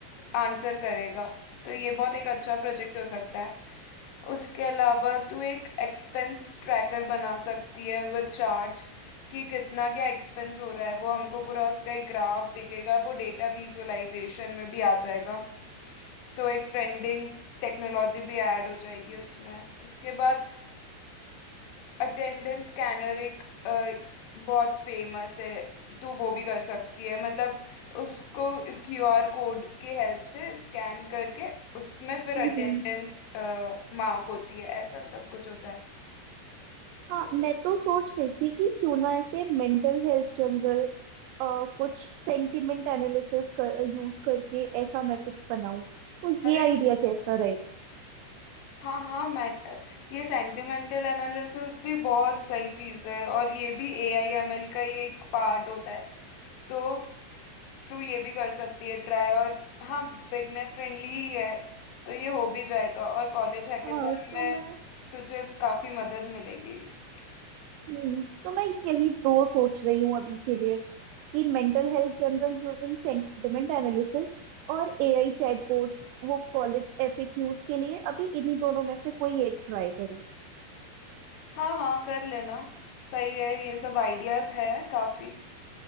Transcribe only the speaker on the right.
हम्म।
हाँ
मैं तो सोच रही थी कि क्यों ना ऐसे मेंटल हेल्थ जनरल कुछ सेंटिमेंट एनालिसिस कर यूज करके ऐसा मैं कुछ बनाऊं तो
ये आइडिया कैसा रहेगा
हाँ तो
मैं
हम्म, तो मैं यही दो सोच रही हूँ अभी के लिए कि mental health journal using sentiment analysis और एआई चैटबॉट वो कॉलेज एफएक्यूज के लिए अभी इन्हीं दोनों में से कोई एक ट्राई करूँ